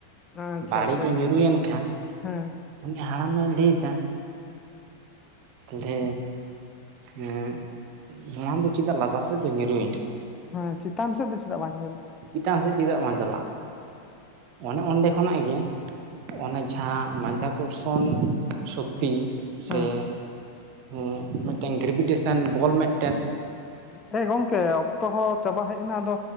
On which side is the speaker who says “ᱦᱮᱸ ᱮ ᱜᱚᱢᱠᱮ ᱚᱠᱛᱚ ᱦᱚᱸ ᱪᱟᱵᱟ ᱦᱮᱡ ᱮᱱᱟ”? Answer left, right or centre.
Left